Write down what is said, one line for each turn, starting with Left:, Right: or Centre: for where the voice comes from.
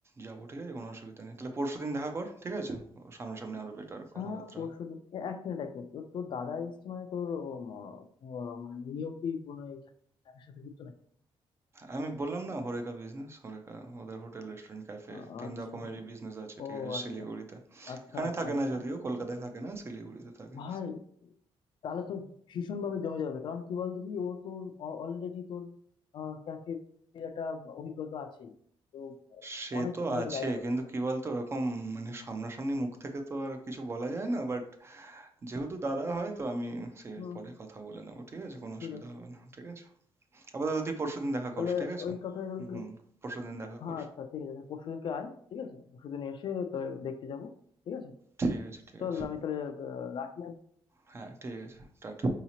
Right: যাব ঠিক আছে কোনো অসুবিধা নেই তাহলে পরশুদিন দেখা কর ঠিক আছে ও সামনাসামনি আরো বেটার
Left: হ্যাঁ
Right: কথাবার্তা
Left: পরশু দিন এক মিনিট এক মিনিট তোর তোর দাদা এসছে মানে তোর উম, আহ, মানে উনিও কি কোনো এই খেলার সাথে যুক্ত নাকি
Right: আমি বললাম না হরেকা বিজনেস হরেকা ওদের হোটেল রেস্টুরেন্ট ক্যাফে
Left: আ-
Right: তিন
Left: আচ্ছা
Right: রকমেরই বিজনেস আছে
Left: ও
Right: ঠিক আছে
Left: আচ্ছা
Right: শিলিগুড়িতে
Left: আচ্ছা
Right: এখানে
Left: আচ্ছা
Right: থাকে
Left: আচ্ছা
Right: না যদিও
Left: আচ্ছা
Right: কলকাতায় থাকে না শিলিগুড়িতে থাকে
Left: ভাই তাহলে তো ভীষণ ভাবে জমে যাবে কারণ কি বলতো কি ও তো অলরেডি তোর ক্যাফে একটা অভিজ্ঞতা আছে তো আহ,
Right: সে
Left: অনেক
Right: তো
Left: কিছু ভাবে
Right: আছে
Left: গাইড করতে
Right: কিন্তু
Left: পারে
Right: কি বলতো ওরকম মানে সামনাসামনি মুখ থেকে তো আর কিছু বলা যায় না বাট যেহেতু দাদা হয় তো আমি সে
Left: হুম
Right: পরে কথা বলে নেবো ঠিক আছে কোনো
Left: ঠিক
Right: অসুবিধা
Left: আছে
Right: হবে না ঠিক আছে আপাতত তুই পরশুদিন দেখা
Left: তাহলে
Right: কর ঠিক আছে
Left: ওই কথাই রইল তাহলে
Right: হুম পরশুদিন দেখা
Left: হ্যাঁ
Right: কর
Left: আচ্ছা ঠিক আছে পরশু দিনকে আয় ঠিক আছে পরশু দিন এসে তো দেখতে যাবো ঠিক আছে
Right: ঠিক আছে ঠিক
Left: চল
Right: আছে
Left: আমি তাহলে আহ, রাখি আজকে
Right: হ্যাঁ ঠিক আছে টাটা